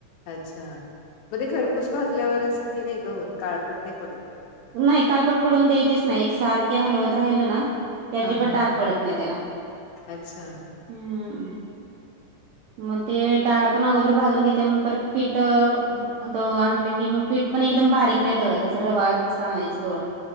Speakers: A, on the left; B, on the right.
A: अच्छा मध्ये खरपूस भाजल्यावर असं हे नाही का होत काळपट नाही पडत का?
B: नाही. काळपट पडून द्यायचीच नाही. एक सारखी हलवत राहिल ना. की अजिबात
A: हा हा
B: डाग
A: हा
B: पडत नाही त्याला
A: अच्छा,
B: हम्म मग ते डाळ पण अगोदर भाजून घेते. मग परत पीठ दळून आणलं. की मग पीठ पण एकदम बारीक नाही दळत असं रवाळच आणायचं दळुण